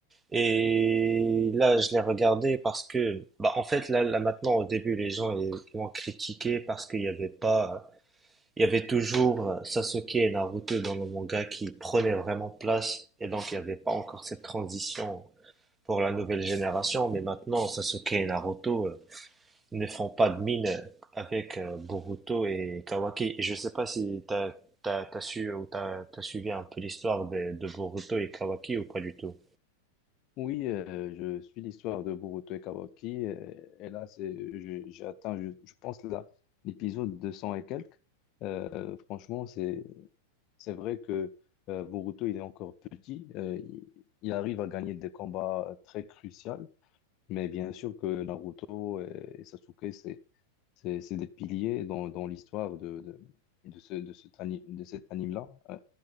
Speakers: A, on the right; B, on the left.
A: Et là, je l'ai regardé parce que, bah, en fait, là, là maintenant, au début, les gens ils m'ont critiqué parce qu'il n'y avait pas il y avait toujours euh, Sasuke et Naruto dans le manga qui prenaient vraiment place et donc il n'y avait pas encore cette transition pour la nouvelle génération, mais maintenant Sasuke et Naruto euh, ne font pas de mine euh, avec euh, Boruto et Kawaki. Et je sais pas si t'as t'as t'as su ou t'as t'as suivi un peu l'histoire de, de Boruto et Kawaki ou pas du tout.
B: Oui, euh, je suis l'histoire de Boruto et Kawaki. euh, Et, là, c'est, je- j'ai atteint, je, je pense, là, l'épisode 200 et quelques. Euh, franchement, c'est, c'est vrai que euh, Boruto, il est encore petit. euh, il, il arrive à gagner des combats très cruciaux. Mais bien sûr que Naruto et, et Sasuke, c'est, c'est c'est des piliers dans, dans l'histoire de, de, de, ce, de, cet ani- de cet anime-là. Euh,